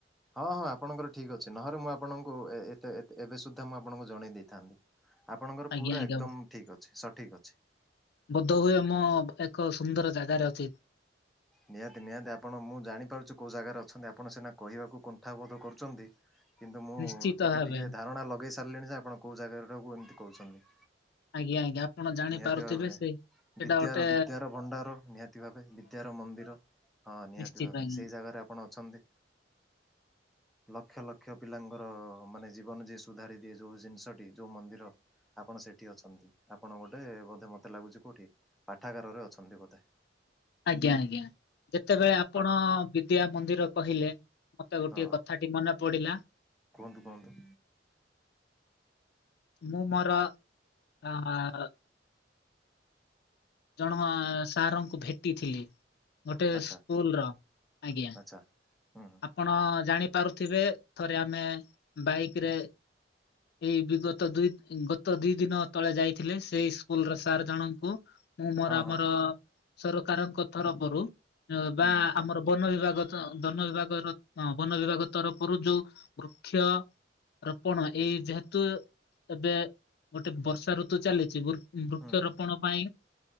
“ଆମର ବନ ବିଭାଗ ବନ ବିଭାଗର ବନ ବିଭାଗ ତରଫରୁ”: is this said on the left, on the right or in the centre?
Left